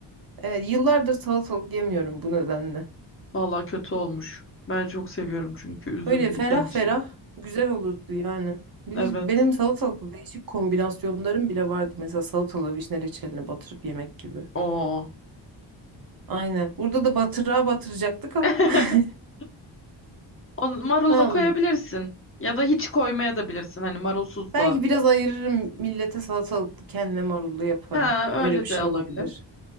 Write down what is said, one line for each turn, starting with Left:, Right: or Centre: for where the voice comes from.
Right: Evet yıllardır salatalık yemiyorum bu nedenle.
Left: Vallahi kötü olmuş. Ben çok seviyorum çünkü üzüldüm
Right: Öyle ferah
Left: senin için.
Right: ferah güzel olurdu yani. Bir
Left: Evet.
Right: de benim salatalıklı değişik kombinasyonlarım bile vardı. Mesela salatalığı vişne reçeline batırıp yemek gibi.
Left: Oo.
Right: Aynen. Burada da batırığa batıracaktık ama.
Left: <laughs>
Right: <laughs>
Left: O marul
Right: Tamam.
Left: da koyabilirsin. Ya da hiç koymaya da bilirsin. Hani marulsuz
Right: Belki
Left: da.
Right: biraz ayırırım millete salatalıklı kendime marullu yaparım.
Left: Ha, öyle
Right: Öyle bir şey
Left: de olabilir.
Right: olabilir.